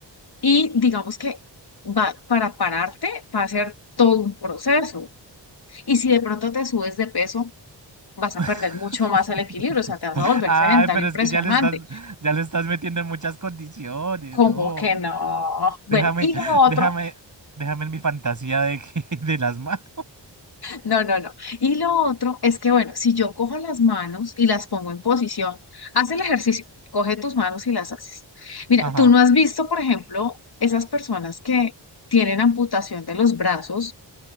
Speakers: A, on the left; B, on the right.
A: Y digamos que va, para pararte va a ser todo un proceso. Y si de pronto te subes de peso, vas
B: <laughs>
A: a perder mucho más el equilibrio, o sea, te vas a volver
B: Ay,
A: sedentario
B: pero
A: impresionante.
B: es que ya le estás, ya le estás metiendo en muchas condiciones,
A: ¿Cómo
B: no.
A: que no? Bueno,
B: Déjame,
A: y lo otro,
B: déjame, déjame en mi fantasía de que, <laughs> de las manos.
A: no, no, no. Y lo otro es que, bueno, si yo cojo las manos y las pongo en posición, haz el ejercicio, coge tus manos y las haces. Mira,
B: Ajá.
A: tú no has visto, por ejemplo, esas personas que tienen amputación de los brazos